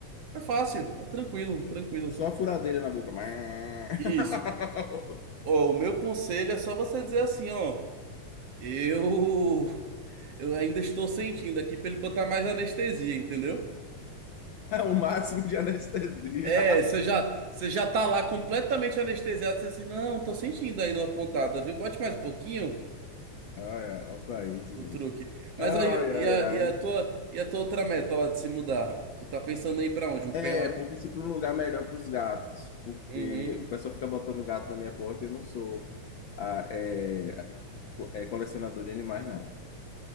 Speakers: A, on the right; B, on the left.
A: É fácil, é tranquilo, tranquilo.
B: Só a furadeira na boca. <laughs>
A: Isso, Ó, o meu conselho é só você dizer assim, ó, eu eu ainda estou sentindo aqui para ele botar mais anestesia, entendeu?
B: O máximo de anestesia.
A: É, você já você já tá lá completamente anestesiado, você assim, não, tô sentindo aí numa pontada, viu? Bote mais um pouquinho
B: Olha, olha pra isso,
A: o
B: gente.
A: truque. Mas
B: Ai,
A: aí
B: ai,
A: e a, e a tua
B: ai.
A: e a tua outra meta lá de se mudar? Tu tá pensando aí para onde?
B: É,
A: Pegar uma...
B: porque se para um lugar melhor para os gatos, porque
A: Uhum,
B: o pessoal fica botando gato na minha porta e eu não sou ah, é, co- é, colecionador de animais, não.